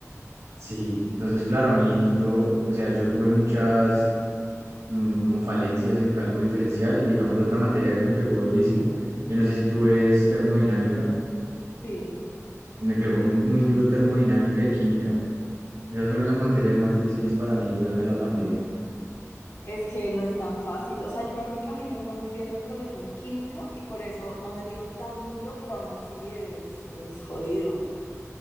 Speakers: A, on the right (about 80°); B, on the left (about 65°).
A: Sí, entonces claro, a mí yo, o sea, yo tuve muchas mm, como falencias en cálculo diferencial y digamos otra materia que me pegó durísimo. Yo no sé si tú ves termodinámica,
B: Sí.
A: me pegó muy, muy duro termodinámica y química. Esas fueron las materias más difíciles para mí durante la pandemia.
B: Es que no es tan fácil. O sea, yo me acuerdo que a mí me fue muy bien en el colegio en química y por eso no me dio tan duro, pero aún así es, es jodido.